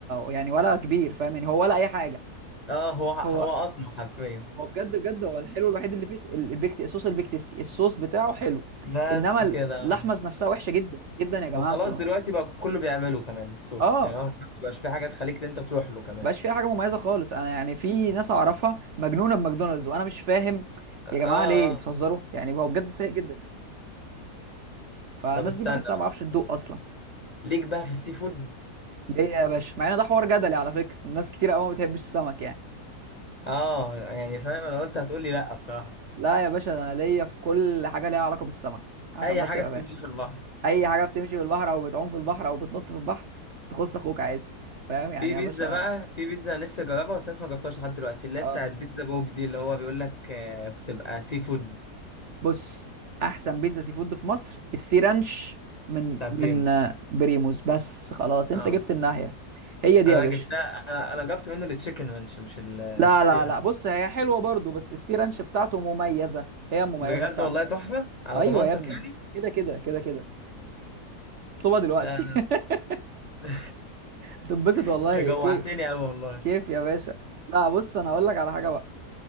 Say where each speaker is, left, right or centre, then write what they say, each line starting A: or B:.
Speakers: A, on the right; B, on the left.
A: يعني ولا كبير فاهم يعني هو ولا اي حاجة
B: اه هو هو
A: هو
B: قطمة حرفيا
A: هو بجد بجد هو الحلو الوحيد اللي فيه س- ال- البيك الصوص البيك تيستي الصوص بتاعه حلو
B: بس
A: انما
B: كده
A: اللحمة نفسها وحشة جدا جدا يا جماعة
B: وخلاص
A: انتوا
B: دلوقتي بقى كله بيعمله كمان الصوص
A: اه
B: يعني هو ما بيبقاش في حاجة تخليك انت تروح له كمان
A: بقاش فيها حاجه مميزه خالص انا يعني في ناس اعرفها مجنونه بماكدونالدز وانا مش فاهم
B: اه
A: يا جماعه
B: اه
A: ليه انتوا بتهزروا يعني هو بجد سيء جدا يعني فالناس
B: طب استنى
A: دي بحسها
B: بقى.
A: ما بعرفش تدوق اصلا
B: ليك بقى في السي فود
A: ليه يا باشا مع ان ده حوار جدلي على فكره الناس كتير قوي ما بتحبش السمك يعني
B: اه يعني فاهم انا قلت هتقول لي لا بصراحة
A: لا يا باشا ده انا ليا في كل حاجه ليها علاقه بالسمك عشان
B: اي
A: بس
B: حاجة
A: تبقى
B: بتمشي
A: فاهم
B: في البحر
A: اي حاجه بتمشي بالبحر او بتعوم في البحر او بتنط في البحر تخص اخوك عادي فاهم يعني
B: في
A: يا
B: بيتزا
A: باشا
B: بقى في بيتزا نفسي اجربها بس لسه ما جربتهاش لحد دلوقتي اللي هي
A: اه
B: بتاعت بيتزا بوب دي اللي هو بيقول لك آه، بتبقى سي فود
A: بص احسن بيتزا سي فود في مصر السي رانش من
B: بتاع بريموس
A: من آه، بريموز بس خلاص انت
B: اه
A: جبت الناحيه هي دي
B: انا
A: يا باشا
B: جبتها انا أنا جبت منه التشيكن رانش مش ال
A: لا
B: مش السي
A: لا لا بص هي حلوه برضو بس السي رانش بتاعته مميزه هي المميزه
B: بجد
A: بتاعته
B: والله تحفة على
A: ايوه
B: ضمانتك
A: يا ابني
B: يعني
A: كده كده كده كده اطلبها دلوقتي
B: لا
A: <laughs>
B: لا
A: هتنبسط
B: <laughs>
A: والله
B: انت جوعتني
A: كيف
B: قوي والله
A: كيف يا باشا لا بص انا اقول لك على حاجه بقى